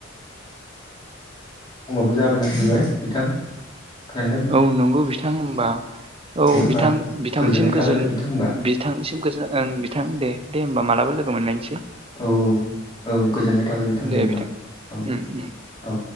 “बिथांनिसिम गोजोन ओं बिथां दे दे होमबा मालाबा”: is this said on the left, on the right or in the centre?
Right